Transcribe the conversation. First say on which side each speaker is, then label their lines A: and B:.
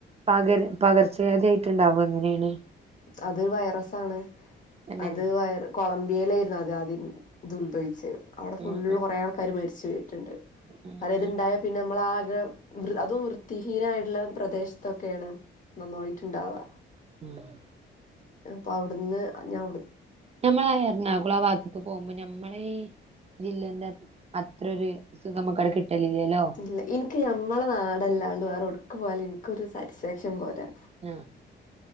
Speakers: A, on the right; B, on the left.
A: പകര് പകർച്ചവ്യാധി ആയിട്ട്ണ്ടാവു അങ്ങനേണ്.
B: അത് വൈറസാണ്.
A: തന്നെ
B: അത് വൈറ് കൊളംബിയിലേര്ന്നു അത് ആദ്യം ഇത് ഉത്ഭവിച്ചത്. അവടെ ഫുള്ള്
A: ഉം ഉം
B: കൊറേ ആൾക്കാര് മരിച്ചുപോയിട്ട്ണ്ട്.
A: ഉം
B: <unintelligible> ഇത്ണ്ടായ
A: ഉം
B: പിന്നെ നമ്മളാകെ, വൃ അതും വൃത്തിഹീനമായിട്ട്ള്ള പ്രദേശത്തൊക്കേണ്. നന്നായിട്ട്ണ്ടാവാ
A: <unintelligible>
B: അപ്പൊ അവ്ട്ന്ന് ഞാ അവ്ട്
A: ഞമ്മളാ എറണാകുളം ആ ഭാഗത്ത്ക്ക് പോകുമ്പോ, ഞമ്മളെ ഈ ജില്ലന്റെ അത്രൊര് സുഖമ്മക്കവടെ കിട്ടലില്ലല്ലോ.
B: ഇല്ല, ഇൻക്ക് ഞമ്മളെ നാടല്ലാണ്ട് വേറെവ്ട്ക്ക് പോയാലും ഇൻക്കൊര് സാറ്റിസ്ഫാക്ഷൻ പോരാ.
A: ആഹ്